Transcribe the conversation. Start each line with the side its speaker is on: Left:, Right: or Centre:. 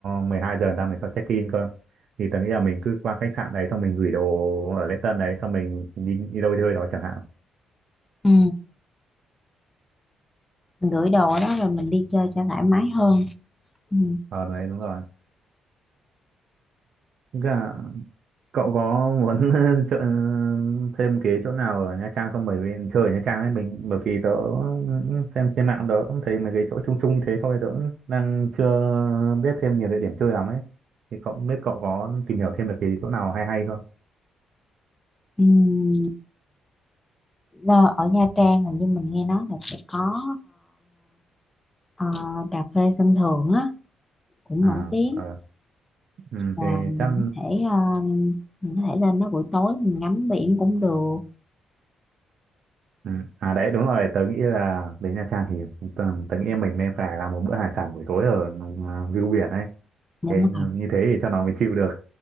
Right: 12 giờ người ta mới cho check in cơ thì tớ nghĩ là mình cứ qua khách sạn đấy xong mình gửi đồ ở lễ tân đấy xong mình đi đi đâu chơi đó chẳng hạn
Left: Ừ. Mình gửi đồ đó rồi mình đi chơi cho thoải mái hơn ừ.
Right: ờ đấy đúng rồi Cả cậu có muốn <laughs> chợ, thêm cái chỗ nào ở Nha Trang không? Bởi vì chơi ở Nha Trang ấy mình bởi vì tớ xem trên mạng tớ cũng thấy mấy cái chỗ chung chung như thế thôi tớ cũng đang chưa biết thêm nhiều địa điểm chơi lắm ấy. Thì cậu không biết cậu có tìm hiểu thêm được cái chỗ nào hay hay không?
Left: Ừ. Là ở Nha Trang hình như mình nghe nói là sẽ có ờ, ờ, cà phê sân thượng á cũng
Right: À
Left: nổi tiếng
Right: ờ ừ,
Left: và
Right: thì
Left: mình
Right: chắc
Left: có thể ờ, mình có thể lên đó buổi tối mình ngắm biển cũng được
Right: ừ. À đấy đúng rồi tớ nghĩ là đến Nha Trang thì tớ, tớ nghĩ mình nên phải làm một bữa hải sản buổi tối ở à, view biển ấy.
Left: đúng
Right: Thế
Left: rồi
Right: như thế thì cho nó mới chịu được.